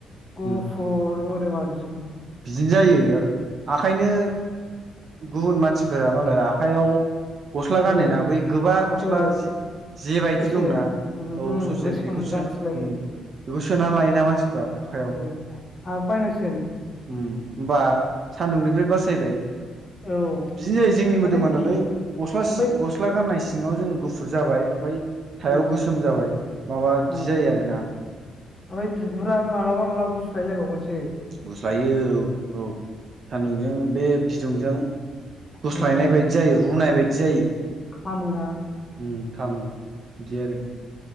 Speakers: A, on the left (about 30°); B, on the right (about 50°).
A: गुफुर
B: उम
A: मोदोमा बि
B: बिदिनो जायो। आखायनो गुबुन मानसिफोरा मालाय आखायाव गस्ला गानोना
A: ओ
B: बै गोबा गस्ला
A: ओ
B: जि जेबायदि
A: ससे
B: दंना
A: उम
B: औ
A: उम
B: ससे
A: गोसोम
B: बेखौ सो
A: गानसोलायो
B: उम बेखौ सोनानै लायोना मानसिफ्रा। आखाइयाव
A: ओ आहाबो बायनांसिगोन।
B: उम होमबा सान्दुंनिफ्राय बासायबाय।
A: औ
B: बिदिनो जायो जोंनि मोदोमा
A: माने
B: दालाय गस्ला
A: ओमफ्राय
B: सि गस्ला गाननाय सिङाव जों गुफुर जाबाय ओमफ्राय सायाव
A: उम
B: गोसोम जाबाय माबा बिदि
A: उम
B: जायो आरोना।
A: ओमफ्राय बिगुरानो मालाबा मालाबा गुस्लायबावगोनसो।
B: गुस्लायो औ औ। सान्दुंजों बे बिदुंजों गुस्लायनाय
A: उम
B: बायदि जायो रुनाय बायदि जायो।
A: खामोना
B: उम खामो बिदि आरो।